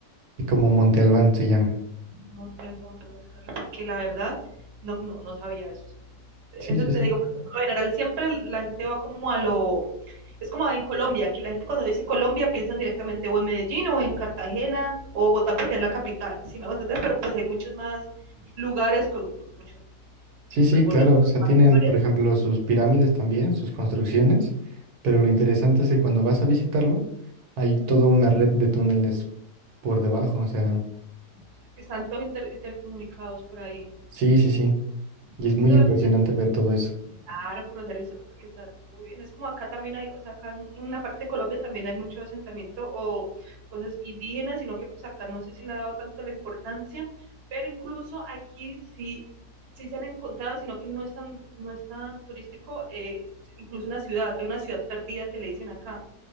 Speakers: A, on the right (about 85°); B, on the right (about 50°).
A: Y como Monte Albán se llama.
B: Monte Albán, voy a buscarla, porque la verdad no, no, no sabía eso. Eso
A: Sí, sí,
B: te
A: sí.
B: digo, porque por lo general siempre la gente va como a lo... Es como en Colombia, que la gente cuando dice Colombia piensan directamente o en Medellín o en Cartagena o Bogotá porque es la capital, si me hago entender, pero pues hay muchos más lugares con mucho
A: Sí,
B: súper
A: sí,
B: bonitas
A: claro. O sea, tienen,
B: historias,
A: por ejemplo, sus pirámides también, sus construcciones, pero lo interesante es que cuando vas a visitarlo, hay toda una red de túneles por debajo. O sea,
B: o sea, que están todos inter- intercomunicados por ahí.
A: sí, sí, sí. Y
B: Es
A: es muy
B: que eso
A: impresionante
B: es lo que
A: ver todo eso.
B: Claro, conocer la historia porque saber muy bien Es como acá también hay, o sea, acá en, en la parte de Colombia también hay mucho asentamiento o cosas indígenas, sino que pues acá no sé si le ha dado tanto la importancia, pero incluso aquí sí, sí se han encontrado, sino que no es tan, no es tan turístico, eh, incluso una ciudad, hay una ciudad perdida que le dicen acá,